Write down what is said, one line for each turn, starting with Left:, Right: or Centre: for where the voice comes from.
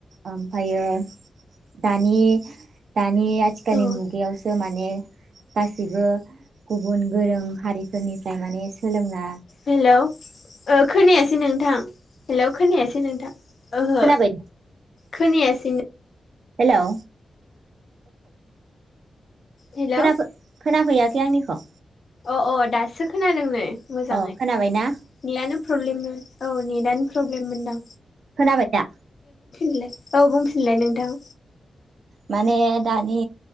Right: आमफायो दानि दानि दानि आथिखालनि
Left: औ
Right: मुगाआवसो माने गासिबो गुबुन गोरों हारिफोरनिफ्राय माने सोलोंना
Left: हेलौ खोनायासै नोंथां हेल' खोनायासै नोंथां ओहो
Right: खोनाबाय
Left: खोनायासैनो
Right: हेल' औ
Left: हेलौ
Right: खोना खोनाफैयाखै आंनिखौ
Left: अ अ दासो खोनादोंनै मोजाङै
Right: अ खोनाबायना
Left: नेटयानो प्रब्लेममोन औ नेटानो प्रब्लेममोनदां
Right: खोनाबायदा?
Left: लास्ताव बुंफिनलाय नोंथां
Right: माने दानि